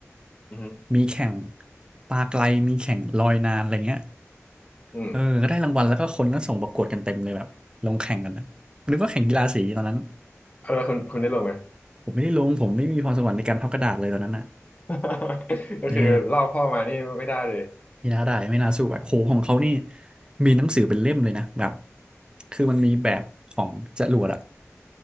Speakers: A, on the left; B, on the right.
A: อืม
B: มีแข่งปลาไกลมีแข่งลอยนานอะไรเงี้ย
A: อืม
B: เออก็ได้รางวัลแล้วก็คนก็ส่งประกวดกันเต็มเลยแบบลงแข่งกันนะนึกว่าแข่งกีฬาสีตอนนั้น
A: เอาแล้วคุณคุณได้ลงไหม
B: ผมไม่ได้ลงผมไม่มีพรสวรรค์ในการพับกระดาษเลยตอนนั้นอ่ะ
A: <laughs> ก็คือลอกพ่อมานี่ไม่ได้เลย
B: เออไม่น่าได้ไม่น่าสู้อะโหของเขานี่มีหนังสือเป็นเล่มเลยนะแบบคือมันมีแบบของจรวดอ่ะ